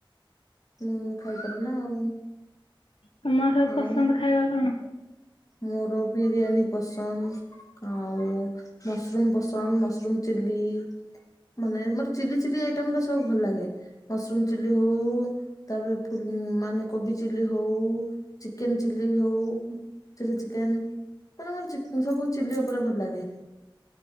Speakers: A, on the left (about 40°); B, on the left (about 75°).
A: ମୁଁଁ ଖାଇପାବିନା ଆଉ
B: ତମର ସବୁ ପସନ୍ଦ
A: ଆଉ।
B: ଖାଇବା କଣ?
A: ମୋର ବିରିୟାନୀ ପସନ୍ଦ ଆଉ ମସରୁମ ପସନ୍ଦ ମସରୁମ ଚିଲି। ମାନେ ମୋର ଚିଲି ଚିଲି ଆଇଟମ ଟା ସବୁ ଭଲ ଲାଗେ। ମସରୁମ ଚିଲି ହଉ ତାପରେ ଫୁ ମାନେ କୋବି ଚିଲ୍ଲି ହଉ ଚିକେନ ଚିଲ୍ଲିି ହଉ। ଚିଲ୍ଲି ଚିକେନ ମାନେ ମୋର ଚି ସବୁ ଚିଲ୍ଲି ଉପରେ ଭଲ ଲାଗେ।